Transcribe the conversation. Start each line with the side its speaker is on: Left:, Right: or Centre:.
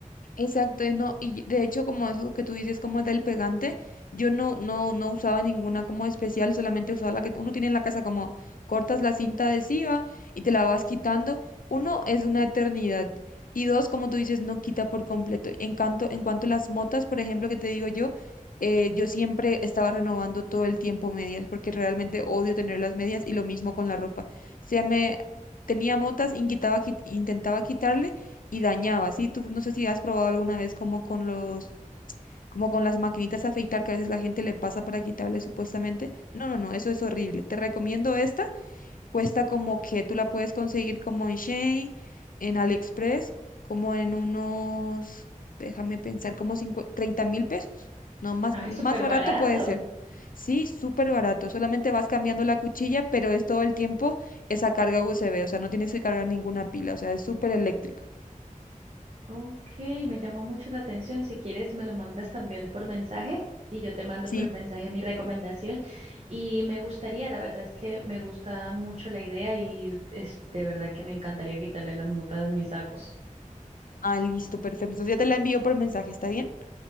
Left: Exacto, es no, y de hecho como eso que tú dices como del pegante, yo no, no, no usaba ninguna como especial, solamente usaba la que uno tiene en la casa, como cortas la cinta adhesiva y te la vas quitando. Uno, es una eternidad. Y dos, como tú dices, no quita por completo. En cuanto, en cuanto a las motas, por ejemplo, que te digo yo, eh, yo siempre estaba renovando todo el tiempo medias, porque realmente odio tener las medias y lo mismo con la ropa. O sea, me tenía motas, y quitaba, qui- intentaba quitarle y dañaba, ¿sí? Tú no sé si has probado alguna vez como con los, como con las maquinitas a afeitar que a veces la gente le pasa para quitarle supuestamente. No, no, no, eso es horrible. Te recomiendo esta. Cuesta como que tú la puedes conseguir como en Shein, en AliExpress, como en unos, déjame pensar, como cincu- treinta mil pesos. No, más,
Right: Ay,
Left: más
Right: súper
Left: barato
Right: barato.
Left: puede ser. Sí, súper barato. Solamente vas cambiando la cuchilla, pero es todo el tiempo esa carga USB. O sea, no tienes que cargar ninguna pila. O sea, es súper eléctrico.
Right: Ok, me llama mucho la atención. Si quieres, me lo mandas también por mensaje y yo te mando
Left: Sí,
Right: por mensaje mi recomendación. Y me gustaría, la verdad es que me gusta mucho la idea y es de verdad que me encantaría quitarle las mutas a mis sacos.
Left: Ah, listo, perfecto. Entonces ya te la envío por mensaje, ¿está bien?